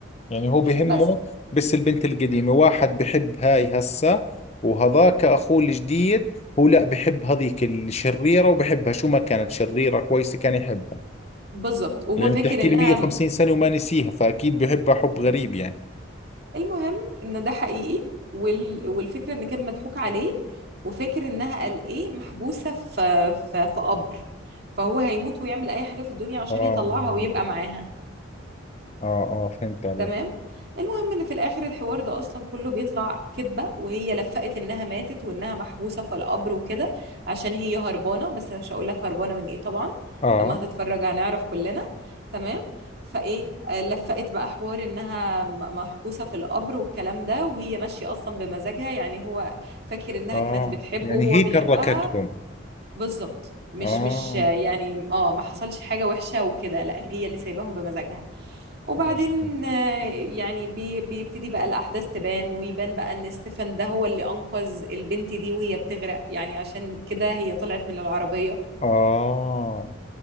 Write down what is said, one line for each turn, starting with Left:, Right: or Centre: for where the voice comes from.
Left: يعني هو بهمه
Right: بس
Left: بس البنت القديمة واحد بحب هاي هسه وهذاك اخوه الجديد هو لا بحب هذيك الشريرة وبحبها شو ما كانت شريرة كويسة كان يحبها
Right: بالظبط وهو
Left: لأنه
Right: فاكر
Left: بتحكي
Right: انها
Left: لي 150
Right: م-
Left: سنة وما نسيها فأكيد بحبها حب غريب يعني
Right: المهم ان ده حقيقي وال... والفكرة ان كان مضحوك عليه وفاكر انها قال ايه محبوسة في في في قبر فهو هيموت ويعمل اي حاجة في الدنيا عشان
Left: اه
Right: يطلعها ويبقى معاها
Left: اه اه فهمت عليك
Right: تمام المهم ان في الاخر الحوار ده اصلا كله بيطلع كذبه وهي لفقت انها ماتت وانها محبوسه في القبر وكده عشان هي هربانه بس أنا مش هقول لك هربانه من ايه طبعا
Left: اه
Right: لما هتتفرج هنعرف كلنا تمام فايه آه، لفقت بقى حوار انها م- محبوسه في القبر والكلام ده وهي ماشيه اصلا بمزاجها يعني هو فاكر انها
Left: اه
Right: كانت بتحبه
Left: يعني
Right: وهو
Left: هي
Right: بيحبها
Left: تركتهم
Right: بالظبط مش
Left: اه
Right: مش آه، يعني اه ما حصلش حاجه وحشه وكده لا هي اللي سايباهم بمزاجها وبعدين
Left: اه
Right: آه، يعني بي- بيبتدي بقى الأحداث تبان ويبان بقى إن ستيفن ده هو اللي أنقذ البنت دي وهي بتغرق يعني عشان كده هي طلعت من العربية
Left: آه.